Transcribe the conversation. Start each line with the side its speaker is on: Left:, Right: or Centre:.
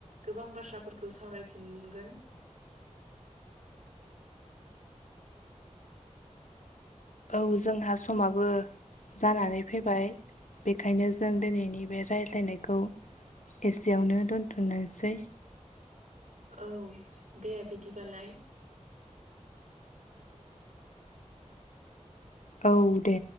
Right: गोबां बाथ्राफोरखौ सावरायफिनगोन।
Left: <unintelligible> औ जोंहा समाबो जानानै फैबाय। बेखायनो जों दिनैनि बे राय्लायनायखौ एसेयावनो दोनथ'नोसै।
Right: औ दे बिदिबालाय।
Left: औ दे।